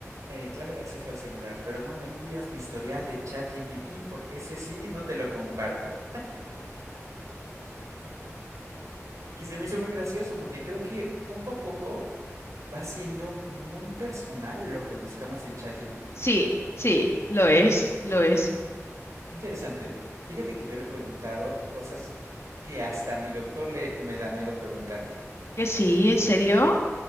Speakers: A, on the right; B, on the left.
A: eh, clave de acceso al celular, pero no me pidas mi historial de ChatGPT porque ese sí no te lo comparto. Y se me hizo muy gracioso porque creo que poco a poco va siendo muy personal lo que buscamos en ChatGPT.
B: Sí, sí, lo es, lo es.
A: Qué interesante. Fíjate que yo le he preguntado cosas que hasta a mi doctor le me da miedo preguntarle.
B: Que sí, ¿en serio?